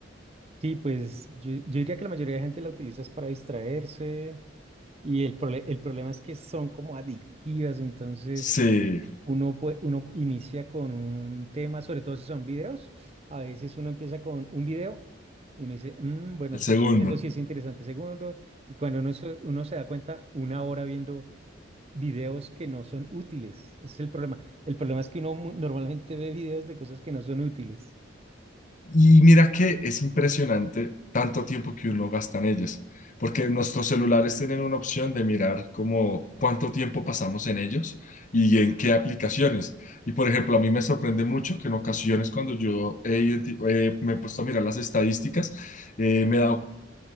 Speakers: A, on the right; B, on the left.
A: Sí, pues yo, yo diría que la mayoría de gente la utiliza es para distraerse y el, prole- el problema es que son como adictivas, entonces
B: Sí,
A: uno, pue- uno inicia con un tema, sobre todo si son videos, a veces uno empieza con un video y uno dice, "Mm, bueno,
B: el segundo.
A: sigamos viendo si es interesante segundo, y cuando uno se, uno se da cuenta, una hora viendo videos que no son útiles, ese es el problema. El problema es que uno mu- normalmente ve videos de cosas que no son útiles.
B: Y mira que es impresionante tanto tiempo que uno gasta en ellas, porque nuestros celulares tienen una opción de mirar como cuánto tiempo pasamos en ellos y en qué aplicaciones. Y por ejemplo, a mí me sorprende mucho que en ocasiones cuando yo he identi- eh, me he puesto a mirar las estadísticas, eh, me he dado